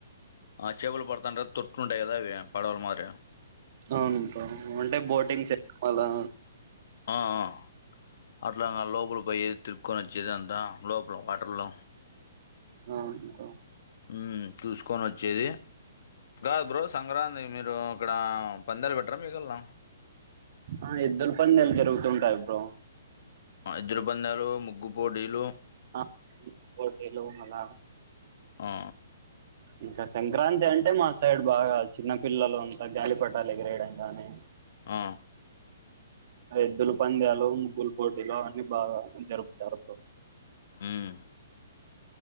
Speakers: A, on the left (about 60°); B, on the right (about 50°).
A: ఆ చేపలు పడుతంటారు తొట్లు ఉంటాయి కదా అవి పడవలు మారి
B: అవును బ్రో అంటే బోటింగ్ చేక్ అలా
A: ఆఆ అట్లాంగా లోపల పోయేది తిరుక్కొని వచ్చేది అంతా లోపల వాటర్లో
B: అవున్లే బ్రో
A: ఉమ్మ్ చూసుకొని వచ్చేది కాదు బ్రో సంక్రాంతి మీరు అక్కడ పందేలు పెట్టరా మి కళ్ళ
B: ఆ ఎద్దులు పందెలు జరుగుతుంటాయి బ్రో
A: ఆ ఎద్దుల పందాలు ముగ్గుపోటీలు
B: ఆ ముగ్గు పోటీలు మల్ల
A: ఆ
B: ఇంకా సంక్రాంతి అంటే మా సైడ్ బాగా చిన్నపిల్లలు అంతా గాలిపటాలు ఎగిరేయడం గానీ
A: ఆ
B: ఆ ఎద్దుల పంద్యాలు ముగ్గులు పోటీలు అన్నీ బాగా జరుపుతారు బ్రో
A: ఉమ్మ్